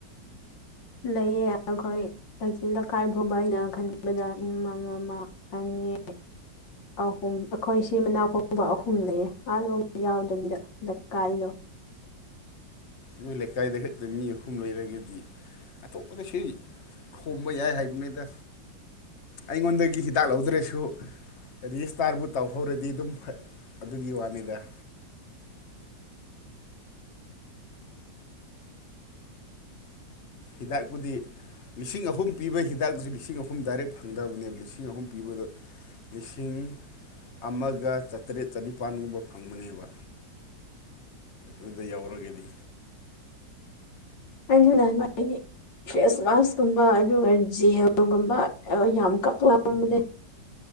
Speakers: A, on the left (about 80°); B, on the left (about 45°).
A: ꯂꯩꯌꯦ ꯑꯈꯣꯏ ꯑꯁꯤ ꯂꯩꯈꯥꯏ ꯐꯥꯎꯕ ꯑꯩꯅ ꯈꯟꯕꯗ ꯑꯃ ꯑꯃ ꯑꯅꯤ ꯑꯍꯨꯝ ꯑꯩꯈꯣꯏ ꯁꯤ ꯃꯅꯥꯛꯐꯥꯎꯕ ꯑꯍꯨꯝ ꯂꯩꯌꯦ ꯑꯥꯔꯣꯝ ꯌꯥꯎꯗꯕꯤꯗ ꯂꯩꯀꯥꯏꯗꯣ
B: ꯅꯣꯏ ꯂꯩꯀꯥꯏꯗ ꯈꯛꯇ ꯃꯤ ꯑꯍꯨꯝ ꯂꯩꯔꯒꯗꯤ ꯑꯇꯣꯞꯄꯗꯁꯨ ꯈꯣꯝꯕ ꯌꯥꯏ ꯍꯥꯏꯕꯅꯤꯗ ꯑꯩꯉꯣꯟꯗꯒꯤ ꯍꯤꯗꯥꯛ ꯂꯧꯗ꯭ꯔꯁꯨ ꯔꯤꯁꯇꯥꯔꯕꯨ ꯇꯧꯍꯧꯔꯗꯤ ꯑꯗꯨꯝ ꯐꯩ ꯑꯗꯨꯒꯤ ꯋꯥꯅꯤꯗ ꯍꯤꯗꯥꯛ ꯄꯨꯗꯤ ꯂꯤꯁꯤꯡ ꯑꯍꯨꯝ ꯄꯤꯕꯒꯤ ꯍꯤꯗꯥꯛꯇꯁꯨ ꯂꯤꯁꯤꯡ ꯑꯍꯨꯝ ꯗꯥꯏꯔꯦꯛ ꯐꯪꯗꯕꯅꯦꯕ ꯂꯤꯁꯤꯡ ꯑꯍꯨꯝ ꯄꯤꯕꯗꯣ ꯂꯤꯁꯤꯡ ꯑꯃꯒ ꯆꯥꯇ꯭ꯔꯦꯠ ꯆꯅꯤꯄꯥꯜꯒꯨꯝꯕ ꯐꯪꯕꯅꯦꯕ ꯑꯗꯨꯗ ꯌꯥꯎꯔꯒꯗꯤ
A: ꯅꯪꯖꯨ ꯂꯥꯟꯕ ꯍꯥꯏꯗꯤ ꯐꯦꯁ ꯃꯥꯁꯀꯨꯝꯕ ꯑꯗꯨꯒ ꯖꯦꯜꯒꯨꯝꯕ ꯑ ꯌꯥꯝ ꯀꯛꯂꯕꯅꯦ